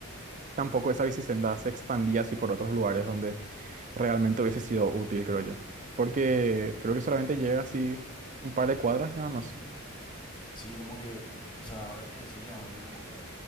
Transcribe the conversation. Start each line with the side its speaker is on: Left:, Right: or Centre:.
Right: tampoco esa bicisenda se expandía así por otros lugares donde realmente hubiese sido útil, creo yo. Porque creo que solamente llega así un par de cuadras y nada más.
Left: Sí, como que, o sea, ahora que decirle antes, como que